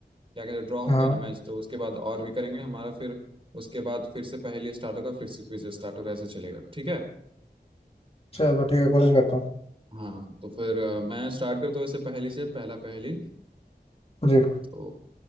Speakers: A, on the right; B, on the left.
A: क्या कहते हैं ड्रॉ
B: हाँ
A: हो गया ना मैच तो उसके बाद और भी करेंगे हमारा फिर उसके बाद फिर से पहेली स्टार्ट होगा फिर से क्विज स्टार्ट होगा ऐसे चलेगा ठीक है
B: चलो ठीक है कोशिश करता हूँ
A: हाँ तो फिर अ, मैं स्टार्ट करता हूँ ऐसे पहेली से पहला पहेली
B: जी
A: तो